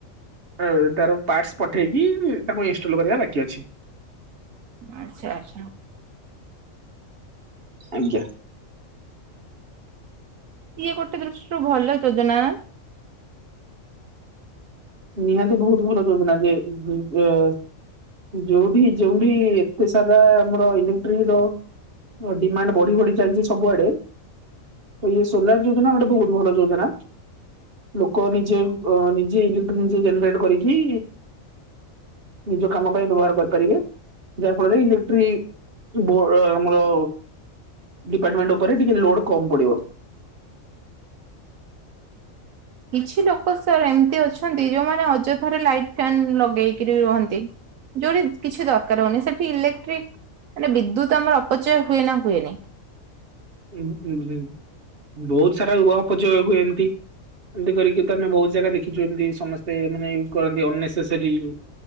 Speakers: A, on the right; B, on the right.
A: ଅ, ତାର ପାର୍ଟସ ପଠେଇକି ତାକୁ ଇନଷ୍ଟଲ୍ କରିବା ବାକି ଅଛି।
B: ଆଚ୍ଛା, ଆଚ୍ଛା।
A: ଆଜ୍ଞା।
B: ଇଏ ଗୋଟେ ଦୃଷ୍ଟିରୁ ଭଲ ଯୋଜନା।
A: ନିହାତି ବହୁତ ଭଲ ଯୋଜନା ଯେ ଉଁ, ଏ ଯୋଉଠି ଯୋଉଠି ବହୁ ସାରା ଆମର ଇଲେକ୍ଟ୍ରିକ୍ ର ଅ, ଡିମାଣ୍ଡ ବଢି ବଢି ଚାଲିଚି ସବୁଆଡେ। ତ ଇଏ ସୋଲାର୍ ଯୋଜନା ଗୋଟେ ବହୁତ ଭଲ ଯୋଜନା। ଲୋକ ନିଜେ ଅ, ନିଜେ ଇଲେକ୍ଟ୍ରିକ୍ ନିଜେ ଜେନେରେଟ୍ କରିକି ନିଜ କାମ ପାଇଁ ବ୍ୟବହାର କରିପାରିବେ। ଯାହାଫଳରେ ଇଲେକ୍ଟ୍ରି ବୋ -ରା -ଆମର ଡିପାର୍ଟମେଣ୍ଟ ଉପରେ ଟିକେ ଲୋଡ୍ କମ ପଡିବ।
B: କିଛି ଲୋକ ସାର୍ ଏମତି ଅଛନ୍ତି ଯୋଉମାନେ ଅଯଥାରେ ଲାଇଟ ଫେନ୍ ଲଗେଇକିରି ରୁହନ୍ତି। ଯୋଉଠି କିଛି ଦରକାର ହଉନି ସେଠି ଇଲେକ୍ଟ୍ରିକ୍ ମାନେ ବିଦ୍ୟୁତ୍ ଆମର ଅପଚୟ ହୁଏ ନା ହୁଏନି?
A: ଏଭେ ଏଇ ଯେ ବହୁତ ସାରା ଅପଚୟ ହୁଏ ଏମତି। ଏମତି କରିକି ତ ଆମେ ବହୁତ ଜାଗା ଦେଖିଛୁ ଏମତି ସମସ୍ତେ ଏ ମାନେ ୟୁଜ୍ କରନ୍ତି ଅନେସେସରି ଯୋଉ।